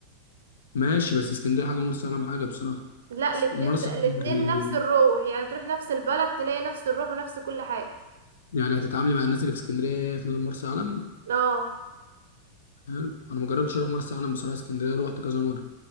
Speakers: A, on the left; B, on the right.
A: ماشي بس اسكندريه حاجه ومرسى علم حاجه بصراحه
B: لا الاتنين
A: اسك- مرسى
B: زي... الاتنين
A: علم يعني
B: نفس الروح يعني تروح نفس البلد تلاقي نفس الروح ونفس كل حاجة
A: يعني هتتعاملي مع الناس اللي في اسكندريه في مرسى علم
B: اه
A: حلو انا ما جربتش اروح مرسى علم بصراحه اسكندريه رحت كذا مره